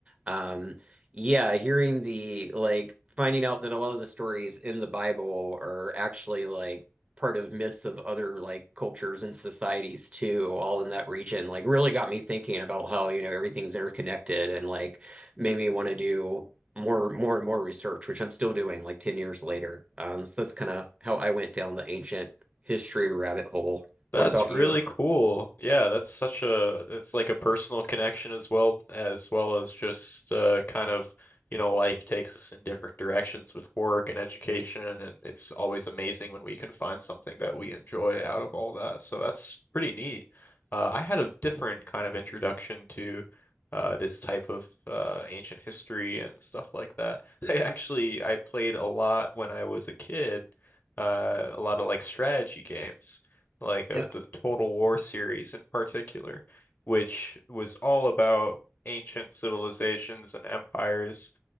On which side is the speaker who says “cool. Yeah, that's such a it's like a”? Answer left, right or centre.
Left